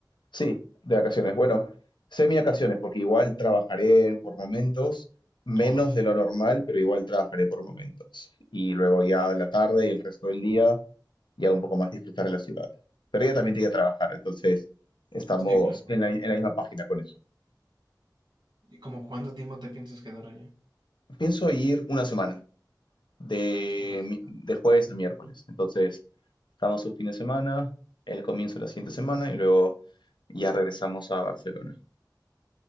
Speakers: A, on the left; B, on the right.
A: Sí, de vacaciones. Bueno, semi-vacaciones, porque igual trabajaré por momentos, menos
B: oye
A: de lo normal, pero igual trabajaré por momentos. Y luego ya la tarde y el resto del día, ya un poco más disfrutar de la ciudad. Pero ella también tiene que trabajar, entonces estamos
B: Sí, claro.
A: en la en la misma página con eso.
B: ¿Y como cuánto tiempo te piensas quedar allá?
A: pienso ir una semana, de,
B: No sé.
A: mi- de jueves a miércoles. Entonces, estamos un fin de semana, el comienzo de la siguiente semana y luego ya regresamos a Barcelona.